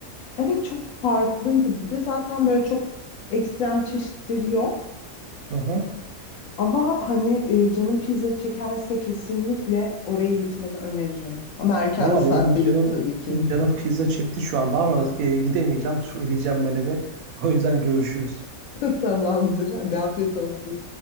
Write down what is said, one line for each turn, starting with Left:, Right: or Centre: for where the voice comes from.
Left: Evet çok farklıydı. Bir de zaten böyle çok ekstrem çeşitleri yok.
Right: Hı hı.
Left: Ama hani e, canın pizza çekerse kesinlikle oraya gitmeni öneririm. Ama erken
Right: Valla
Left: bir saatte
Right: benim canım
Left: git tabii ki.
Right: canım pizza çekti şu anda ama e, gidemeyeceğim. Söyleyeceğim ben eve. <laughs> O yüzden görüşürüz.
Left: <laughs> Tamamdır. Hadi afiyet olsun.